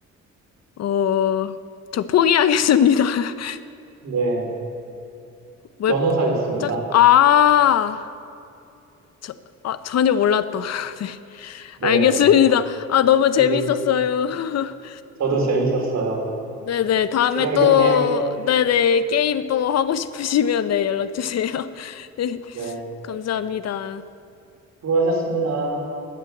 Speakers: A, on the left; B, on the right.
A: 어, 저 포기하겠습니다. <laughs>
B: 네,
A: 웹작,
B: 변호사였습니다.
A: 아, 저, 아, 전혀 몰랐다. <laughs> 네.
B: 네,
A: 알겠습니다. 아, 너무 재밌었어요.
B: 이게
A: <laughs>
B: 저도 재밌었어요.
A: 네네, 다음에
B: 제가
A: 또,
B: 이겼네요.
A: 네네, 게임 또 하고 싶으시면 네, 연락 주세요. <laughs> 네,
B: 네,
A: 감사합니다.
B: 수고하셨습니다.